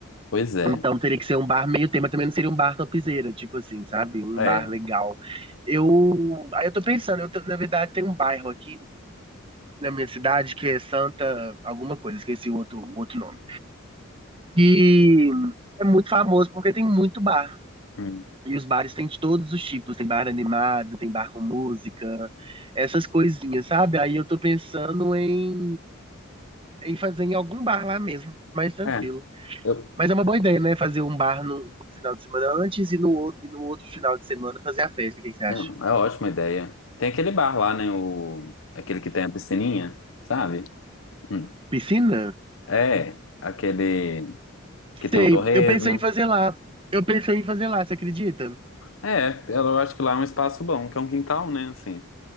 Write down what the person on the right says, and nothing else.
Então teria que ser um bar meio tema, também não seria um bar topzeira, tipo assim, sabe? Um
bar legal. Eu, aí eu tô pensando, eu tô- na verdade tem um bairro aqui na minha cidade que é Santa alguma coisa, esqueci o outro, o outro nome. Que é muito famoso porque tem muito bar.
E os bares têm de todos os tipos, tem bar animado, tem bar com música, essas coisinhas, sabe? Aí eu tô pensando em, em fazer em algum bar lá mesmo, mais tranquilo.
Mas é uma boa ideia, né? Fazer um bar no no final de semana antes e no, outro- e no outro final de semana fazer a festa. O que que você acha?
Piscina?
Sei,
eu pensei em fazer lá. Eu pensei em fazer lá, você acredita?